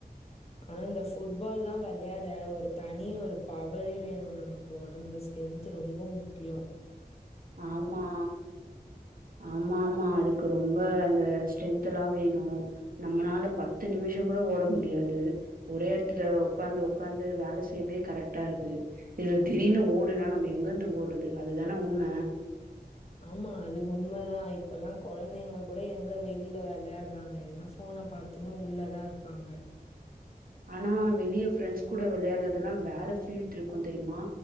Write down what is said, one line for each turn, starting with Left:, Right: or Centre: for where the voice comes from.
Left: ஆனா இந்த ஃபுட்பால்லா வெள்யாட ஒரு தனி ஒரு பவரே வேணு நமக்கு ஒடம்புல ஸ் ஸ்டென்த்து ரொம்ப முக்கியோ
Right: ஆமா ஆமாம்மா அதுக்கு ரொம்ப ஸ்டென்தலா வேணு நம்மனால பத்து நிமிஷொங்கூட ஓட முடியாது ஒரே எடத்து துல உக்காந்து உக்காந்து வேல செய்தே கரெக்ட்டார்க்கு இதுல திடீர்னு ஓடுனா நம்ம எங்கருந்து ஓட்ர து அதுதான உண்ம
Left: ஆமா அது உண்மதா இப்பெல்லா கொழந்தைங்க கூட எங்க வெளில வெளயாட்றாங்க எல்லா ஃபோன் உன்ன பாத்துன்னு உள்ளதாருக்காங்க
Right: ஆனா வெளிய ஃப்ரெண்ட்ஸ் கூட விளையாறதெல்லா வேற ஃபீல்ட் இருக்கு தெரியுமா